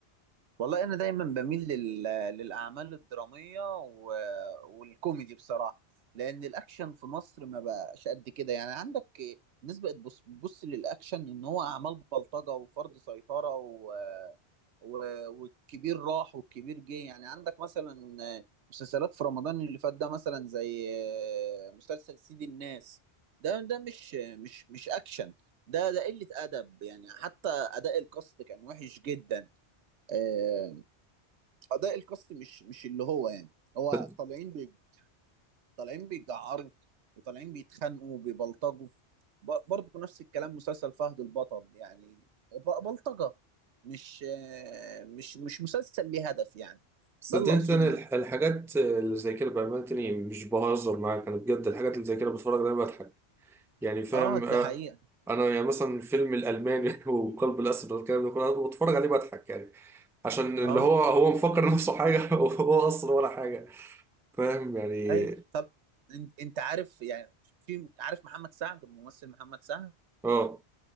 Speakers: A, on the right; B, in the centre.
A: والله انا دايما بميل لل... للاعمال الدراميه و... والكوميدي بصراحه لان الاكشن في مصر ما بقاش قد كده يعني عندك الناس بقت بص... بص للاكشن ان هو اعمال بلطجه وفرض سيطره و... و... والكبير راح والكبير جه يعني عندك مثلا مسلسلات في رمضان اللي فات ده مثلا زي مسلسل سيد الناس ده ده مش مش مش اكشن ده ده قله ادب يعني حتى اداء الكاست كان وحش جدا آه، اداء الكاست مش مش اللي هو يعني هو
B: صد-
A: طالعين بي... طالعين بيجعروا وطالعين بيتخانقوا وبيبلطجوا ب... برضه نفس الكلام مسلسل فهد البطل يعني ب... بلطجة مش آه، مش مش مسلسل ليه هدف يعني
B: صدقني
A: ده اللي اقصده
B: انا الح- الحاجات اللي زي كده بامانه تاني مش بهزر معاك انا بجد الحاجات اللي زي كده بتفرج عليها بضحك يعني فاهم
A: اه ده
B: آه،
A: حقيقة
B: انا يعني مثلا فيلم الالماني <laughs> وقلب الاسد والكلام ده كله انا بتفرج عليه بضحك يعني عشان اللي
A: اه
B: هو هو مفكر نفسه حاجه <laughs> وهو اصلا ولا حاجه فاهم يعني
A: ايوه طب انت انت عارف يعني في عارف محمد سعد الممثل محمد سعد
B: اه